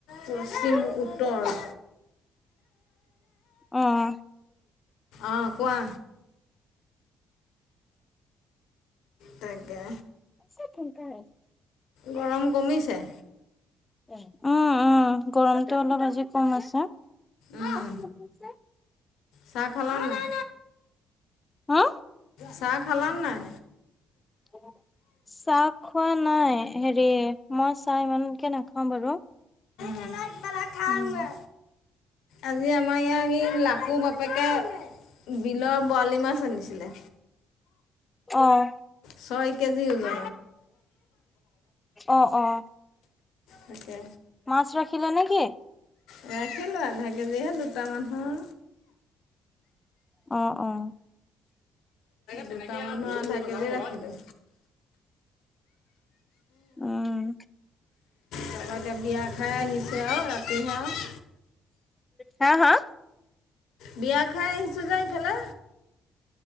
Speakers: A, on the left; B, on the left.
A: পশ্চিম
B: নাজানো
A: উত্তৰ
B: অ',
A: অ', কোৱা তাকাকে,
B: <unintelligible>
A: গৰম কমিছে
B: উম, উম, গৰমটো অলপ আজি কম আছে এ
A: উম
B: দিছে
A: চাহ খাল নাই
B: হা
A: চাহ খালান নাই?
B: অ', চাহ খোৱা নাই, হেৰি মই চাহ ইমানকে নাখাওঁ বাৰু
A: উম খাওঁগে
B: উম,
A: আজি আমাৰ ইয়াৰ সেই লাকু বাপেকে বিলৰ বৰালি মাছ আনিছিলে
B: অ',
A: ছয় কেজি ওজন
B: অ', অ',
A: তাকে
B: মাছ ৰাখিলে নেকি?
A: ৰাখিলো আধা কেজিহে দুটামানহৰ
B: অ',
A: দুটামান থাকিলে ৰাখিলো
B: উম।
A: তাৰপা এতি বিয়া খাই আহিছে আৰু ৰাতি আৰু
B: হা হা
A: বিয়া খাই আহিছো যাই ক'লা